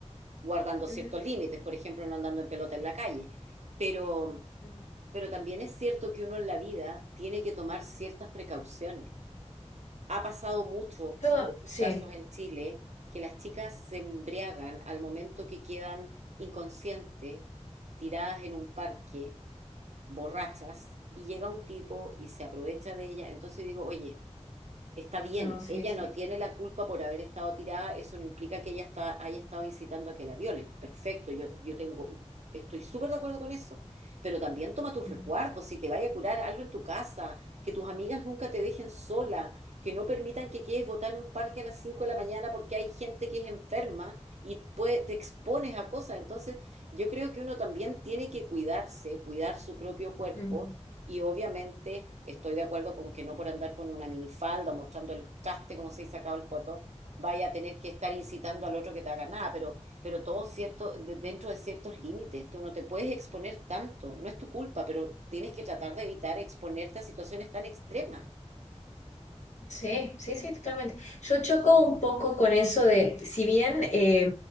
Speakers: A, on the right; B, on the left.
A: guardando ciertos
B: Ujú,
A: límites, por ejemplo, no andando en pelota en la calle. Pero,
B: ujú.
A: pero también es cierto que uno en la vida tiene que tomar ciertas precauciones. Ha pasado mucho,
B: Yo,
A: muchos
B: sí.
A: casos en Chile que las chicas se embriagan al momento que quedan inconscientes, tiradas en un parque, borrachas, y llega un tipo y se aprovecha de ellas. Entonces digo, oye, Está bien,
B: No,
A: ella
B: sí,
A: no
B: sí.
A: tiene la culpa por haber estado tirada, eso no implica que ella está, haya estado incitando a que la violen. Perfecto, yo, yo tengo, estoy súper de acuerdo con eso. Pero también toma tus
B: Ujú,
A: resguardos, si te vaya a curar algo en tu casa, que tus amigas nunca te dejen sola, que no permitan que quedes botada en un parque a las 5 de la mañana porque hay gente que es enferma y puede- te expones a cosas. Entonces, yo creo que uno también tiene que cuidarse, cuidar su propio cuerpo
B: ujú.
A: y obviamente estoy de acuerdo con que no por andar con una minifalda o mostrando el traste, como se dice sacado el poto, vaya a tener que estar incitando al otro que te haga nada, pero, pero todo cierto, de- dentro de ciertos límites, tú no te puedes exponer tanto, no es tu culpa, pero tienes que tratar de evitar exponerte a situaciones tan extremas.
B: Sí, sí, sí, totalmente. Yo choco un poco con eso de, si bien eh,